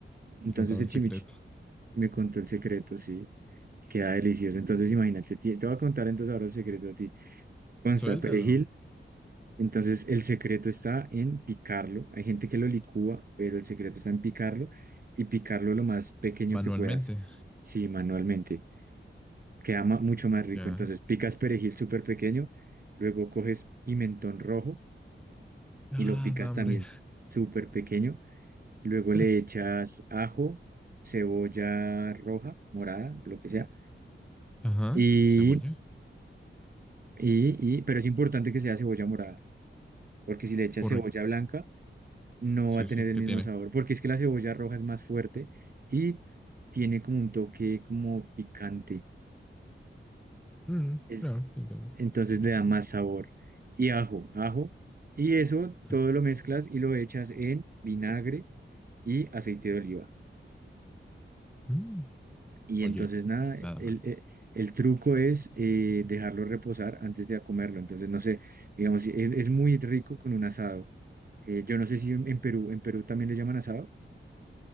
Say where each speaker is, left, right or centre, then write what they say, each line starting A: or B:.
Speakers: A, on the right; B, in the centre.
A: entonces
B: contaba el
A: el
B: secreto.
A: chimichurri me contó el secreto, sí. Queda delicioso. Entonces, imagínate, ti- te voy a contar entonces ahora el secreto a ti. Consta
B: Suéltalo
A: perejil, Entonces, el secreto está en picarlo. Hay gente que lo licúa, pero el secreto está en picarlo y picarlo lo más pequeño
B: manualmente.
A: que puedas. Sí, manualmente. Queda ma- mucho más rico.
B: Ya.
A: Entonces, picas perejil súper pequeño, luego coges pimentón rojo
B: Ah,
A: y lo picas
B: da hambre.
A: también súper pequeño. Luego
B: <laughs>
A: le echas ajo, cebolla roja, morada, lo que sea.
B: Ajá,
A: Y,
B: cebolla.
A: y, y, pero es importante que sea cebolla morada, porque si le echas
B: Porque...
A: cebolla blanca, no
B: Sí,
A: va a tener
B: sí,
A: el
B: ¿qué
A: mismo
B: tiene?
A: sabor, porque es que la cebolla roja es más fuerte y tiene como un toque como picante,
B: Mm,
A: es-
B: claro, entiendo.
A: entonces le da más sabor. Y ajo, ajo, y eso
B: Mm,
A: todo lo mezclas y lo echas en vinagre y aceite de oliva.
B: mm.
A: Y
B: Oye,
A: entonces nada,
B: nada
A: el,
B: mal.
A: eh, el truco es eh, dejarlo reposar antes de comerlo. Entonces, no sé, digamos, si es, es muy rico con un asado. Eh, yo no sé si en en Perú, en Perú también le llaman asado.